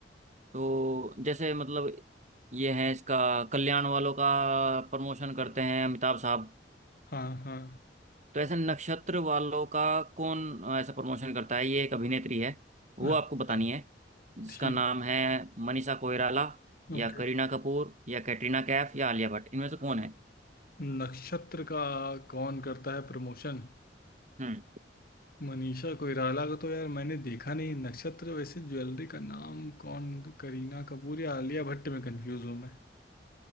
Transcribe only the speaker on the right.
तो जैसे मतलब ये है इसका कल्याण वालों का प्रमोशन करते हैं अमिताभ साहब
तो ऐसे नक्षत्र वालों का कौन अ, ऐसा प्रमोशन करता है ये एक अभिनेत्री है वो
आपको बतानी है जिसका
नाम है मनीषा कोइराला या
करीना कपूर या कैटरीना कैफ या आलिया भट्ट इनमें से कौन है
हम्म